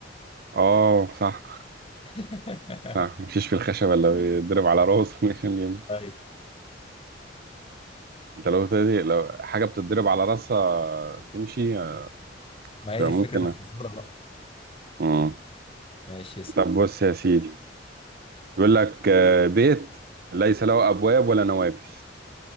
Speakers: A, on the right; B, on the left.
A: آه، صح
B: <laughs>
A: آه، مفيش في الخشبة إلا بيتضرب على راسه <laughs> عشان يمشي
B: طيب
A: أنت لو تدي لو حاجة بتتضرب على راسها تمشي آه،
B: ما هي
A: طب
B: دي فكرة
A: ممكن
B: الفزورة بقى
A: مم.
B: ماشي اسأل
A: طب بص يا سيدي يقول لك آه، بيت ليس له أبواب ولا نوافذ